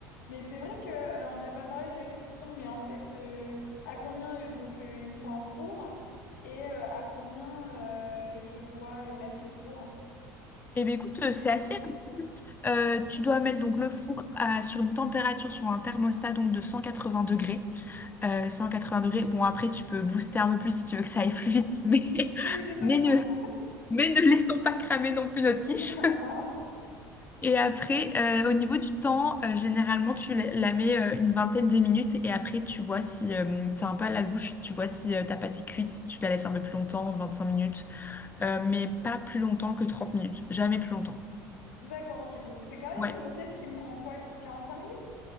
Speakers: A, on the left; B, on the left.
A: Mais c'est vrai que euh, on n'a pas parlé de la cuisson, mais en fait, euh, à combien euh, donc euh, il me faut un four et euh, à combien euh, je dois euh, mettre le four?
B: Eh bien, écoute,
A: Combien
B: euh, c'est assez
A: de temps?
B: rapide. Euh, tu dois mettre donc le four à- sur une température, sur un thermostat donc de 180 degrés. Euh, 180 degrés, bon, après, tu peux booster un peu plus si tu veux que ça aille plus vite, <laughs> mais,
A: Oui, j'ai pas
B: mais,
A: le
B: ne,
A: temps.
B: mais ne laissons pas cramer non plus notre quiche.
A: <laughs>
B: Et après, euh, au niveau du temps, euh, généralement, tu la la mets euh, une vingtaine de minutes et après, tu vois si euh, t'as un peu à la louche, tu vois si euh, ta pâte est cuite, si tu la laisses un peu plus longtemps, 25 minutes, Euh, mais pas plus longtemps que 30 minutes, jamais plus longtemps.
A: D'accord, ok. Donc c'est quand même
B: Ouais,
A: une recette qui me prend quoi, 45 minutes?